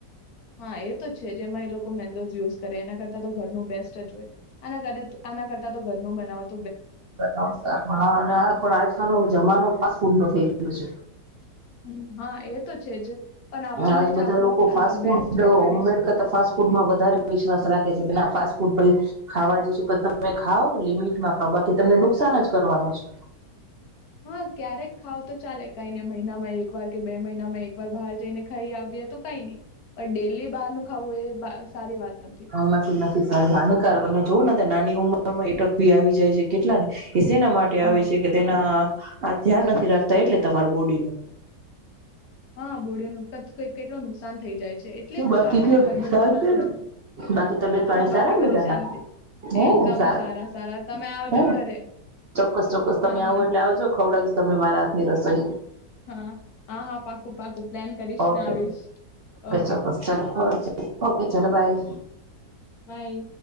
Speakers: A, on the left; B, on the right.
A: હા એ તો છે જ જેમાં એ લોકો મેંદોઝ યુઝ કરે એના કરતા તો ઘરનું બેસ્ટ જ હોય આના કરતા તો આના કરતા તો ઘર <unintelligible> બવ
B: <unintelligible> હા ના પણ આજકાલનો જમાનો ફાસ્ટ ફૂડ નો થઈ ગયો <unintelligible> છે.
A: હમ, હા એ તો છે જ પણ આપણને
B: આજ
A: જ
B: બધા
A: આપણ
B: લોકો ફાસ્ટ ફૂડ
A: બેસ્ટ કરીશ
B: હોમમેડ કરતા ફ્ટ ફૂડમાં વધારે વિશ્વાસ રાખે છે કે ના ફાસ્ટ ખાવા જોશું તમે ખાવ લિમિટમાં ખાવ બાકી તને નુકસાન જ કરવાનું છે.
A: હા ક્યારેક ખાવ તો ચાલે કઈ ને મહિનામાં એક વાર કે બે મહિનામાં એક વાર બહાર જઈને ખાઈ આવએ તો કઈ નહી પણ ડેલી બહારનું ખાવું એ સારી વાત. નથી
B: અલ્લાફિદ નાફી નાની કાર તને જોવ ને નાની ઉંમરમાં એટક પી આવી જાય છે કેટલા ને પ જેના માટે આવે
A: હા
B: છે કે તેના આ ધ્યાન નથી રાખતા એટલે તમાર બોડીનું <inaudible>
A: હા બોળિ ન કેટું નુકસાન થઇ જાય. છે એટલે
B: શું
A: જ
B: બાકી
A: તો આપણને
B: કયો
A: ઘરનું
B: સારુંને
A: જ બનાવવું જોઈએ
B: બાકી તબિયત પાણી
A: હા બાકી
B: સારા ને
A: બધી
B: બધાના
A: શાંતિ
B: હે
A: એકદમ
B: ને સારું
A: સારા સારા તમે આવજો ઘરે
B: ચોક્કસ ચોક્કસ તમે
A: હા હા
B: આવો એટલે આવજો ખવડાવીશ તમને મારા હાથ ની રસોઈ
A: હા હા હા પાકું પાકું પ્લાન કરીશ
B: ઓકે
A: ને આવીશ ઓ
B: <unintelligible> ઓકે ચલો બાય
A: બાય